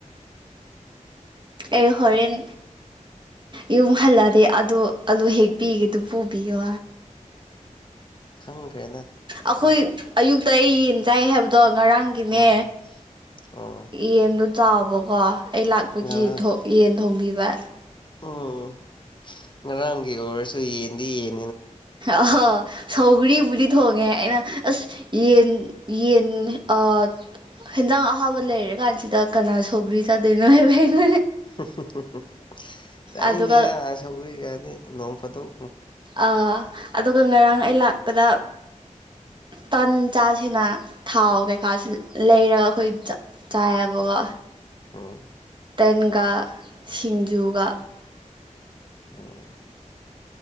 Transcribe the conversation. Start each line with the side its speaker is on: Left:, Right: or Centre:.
Right: ꯑꯦ ꯍꯣꯔꯦꯟ ꯌꯨꯝ ꯍꯜꯂꯛ ꯑꯗꯤ ꯑꯗꯨ ꯑꯂꯨ ꯍꯦꯛꯄꯤꯒꯦꯗꯨ ꯄꯨꯕꯤꯌꯣ
Left: ꯈꯪꯈ꯭ꯔꯦꯗ
Right: ꯑꯩꯈꯣꯏ
Left: ꯑꯩ
Right: ꯑꯌꯨꯛꯇ ꯑꯩ ꯌꯦꯟ ꯆꯥꯏ ꯍꯥꯏꯕꯗꯣ ꯉꯔꯥꯡꯒꯤꯅꯦ
Left: ꯎꯝ ꯎꯝ
Right: ꯌꯦꯟꯗꯣ ꯆꯥꯎꯕꯀꯣ ꯑꯩ ꯂꯥꯛꯄꯒꯤ
Left: ꯉꯔꯥꯡ
Right: ꯌꯦꯟ ꯊꯣꯡꯕꯤꯕ
Left: ꯎꯝ ꯉꯔꯥꯡꯒꯤ ꯑꯣꯏꯔꯁꯨ ꯌꯦꯟꯗꯤ ꯌꯦꯟ
Right: ꯑꯍꯣ ꯁꯧꯒꯔꯤ ꯄꯨꯗꯤ ꯊꯣꯡꯉꯦ ꯑꯩꯅ ꯑꯁ ꯌꯦꯟ ꯌꯦꯟ ꯑꯥ ꯍꯟꯖꯥꯡ ꯑꯍꯧꯕ ꯂꯩꯔ ꯀꯥꯟꯁꯤꯗ ꯀꯅꯥ ꯁꯧꯒ꯭ꯔꯤ ꯆꯥꯗꯣꯏꯅꯣ ꯍꯥꯏꯕ ꯑꯩꯅ
Left: ꯍꯨꯝ ꯍꯨꯝ ꯍꯨꯝ ꯆꯥꯅꯤꯡꯗꯦꯗ
Right: ꯑꯗꯨꯒ
Left: ꯁꯧꯔꯤꯒꯗꯤ ꯅꯣꯡ ꯐꯇꯣꯛ
Right: ꯑꯥ ꯑꯗꯨꯒ ꯉꯔꯥꯡ ꯑꯩ ꯂꯥꯛꯄꯗ ꯇꯟ ꯆꯥꯁꯦꯅ ꯊꯥꯎ ꯀꯩꯀꯥꯁꯨ ꯂꯩꯔꯒ ꯑꯩꯈꯣꯏ ꯆꯥꯏꯌꯦꯕꯀꯣ
Left: ꯎꯝ
Right: ꯇꯟꯒ ꯁꯤꯡꯖꯨꯒ
Left: ꯎꯝ